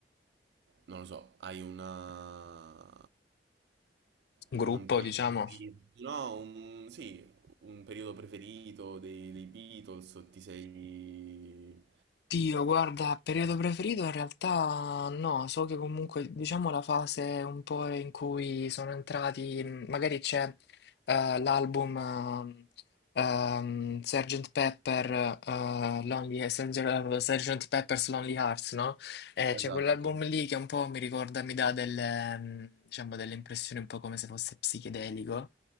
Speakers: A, on the right (about 65°); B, on the left (about 65°).
A: non lo so, hai una
B: Gruppo,
A: Un periodo
B: diciamo.
A: preferito, no, un, sì, un periodo preferito dei, dei Beatles, o ti sei...
B: Oddio, guarda, periodo preferito in realtà no, so che comunque diciamo la fase un po' in cui sono entrati, mh, magari c'è eh, l'album ehm, ehm, Sgt. Pepper, eh, Lonely, Sgt. Sgt. Pepper's Lonely Hearts, no? Eh,
A: Esatto,
B: c'è quell'album
A: sì.
B: lì che un po' mi ricorda, mi dà delle, mh, diciamo, delle impressioni un po' come se fosse psichedelico